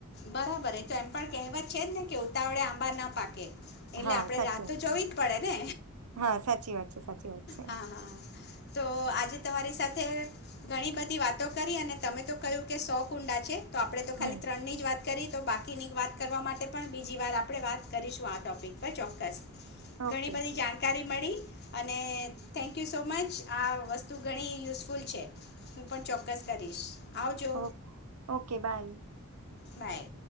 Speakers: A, on the left (about 45°); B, on the right (about 80°).
A: બરાબર એ તો એમ પણ કહેવત છે. જ ને કે ઉતાવળે આંબા ના પાકે એટલે
B: હા
A: આપડણે
B: સાચી
A: રાહતો
B: વાત
A: જોવી
B: છે
A: જ પડે ને
B: હા સાચી વાત છે સાચી વાત છે
A: હા હા તો આજે તમારી સાથે ઘણી બધી વાતો કરી અને તમે તો કહ્યું કે સો કુંડા છે. તો આપડે તો ખાલી
B: હમ
A: ત્રણ નહી તો બાકીની વાત કરવા માટે પણ બીજી વાર આપણે વાત કરીશું આ ટોપિક પર ચોક્કસ. ઘણી
B: ઓકે
A: બધી
B: ઓકે
A: જાણકારી મળી. અને થેન્કયુ સો મચ આ વસ્તુ ઘણી યુઝફુલ છે. હું પણ ચોક્કસ કરીશ. આવજો
B: ઓ ઓકે બાય.
A: બાય.